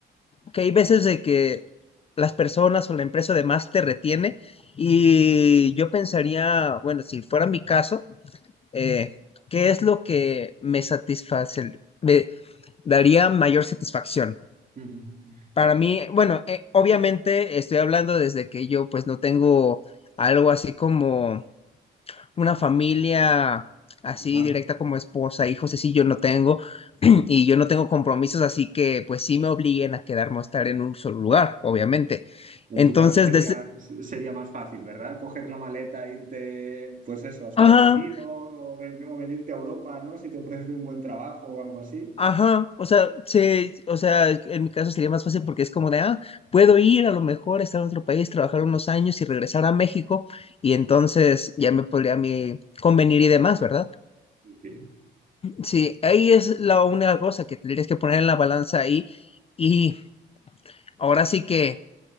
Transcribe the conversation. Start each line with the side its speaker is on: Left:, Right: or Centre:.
Left: que hay veces de que las personas o la empresa además te retiene y yo pensaría, bueno, si fuera mi caso, eh, ¿qué es lo que me satisface, me daría mayor satisfacción?
Right: Ujú.
Left: Para
Right: Claro.
Left: mí, bueno, eh, obviamente estoy hablando desde que yo pues no tengo algo así como una familia así
Right: Ajá.
Left: directa como esposa, hijos, así yo no tengo, <clears throat> y yo no tengo compromisos, así que pues sí me obliguen a quedarme a estar en un solo lugar, obviamente. Entonces,
Right: En tu caso sería,
Left: desde...
Right: sería más fácil, ¿verdad? Coger la maleta, irte, pues eso, a Estados
Left: Ajá,
Right: Unidos o, ven- o venirte a Europa, ¿no? Si te ofrecen un buen trabajo o algo así.
Left: ajá, o sea, se, o sea, en mi caso sería más fácil porque es como de, ah, puedo ir a lo mejor, estar en otro país, trabajar unos años y regresar a México, y entonces ya me podría a mí convenir y demás, ¿verdad?
Right: Sí, sí.
Left: Sí, ahí es la única cosa que tendrías que poner en la balanza ahí, y ahora sí que